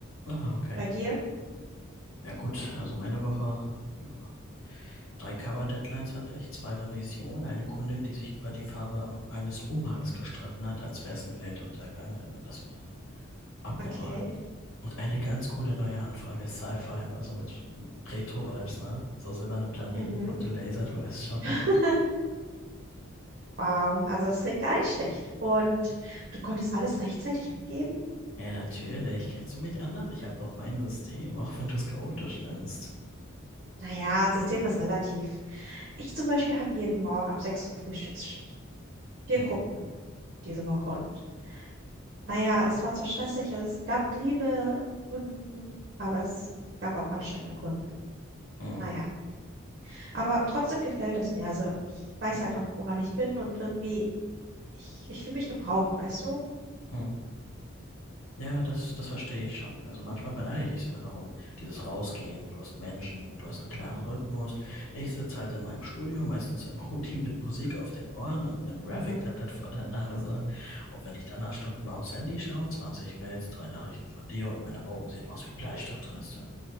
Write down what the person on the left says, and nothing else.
Aha, okay.
Ja gut, also meine Woche, ja. Drei Cover-Deadlines hatte ich, zwei Revisionen, eine Kundin, die sich über die Farbe eines Umhangs gestritten hat, als wäre es ein Weltuntergang. Also das war abnormal.
Und eine ganz coole neue Anfrage, Sci-Fi, aber so mit Retro-Vibes, ne? So silberne Planeten,
bunte Laser, du weißt schon.
Ja, natürlich. Kennst du mich anders? Ich habe doch mein System, auch wenn du es chaotisch nennst.
Hm,
hm,
hm. Ja, das, das verstehe ich schon. Also manchmal beneide ich dich sogar darum. Dieses Rausgehen, du hast Menschen, du hast einen klaren Rhythmus. Ich sitze halt in meinem Studio, meistens im Hoodie mit Musik auf den Ohren und einem Graphic-Tablet
vor der Nase. Und wenn ich dann nach Stunden mal aufs Handy schaue, 20 Mails, drei Nachrichten von dir und meine Augen sehen aus wie Bleistiftreste.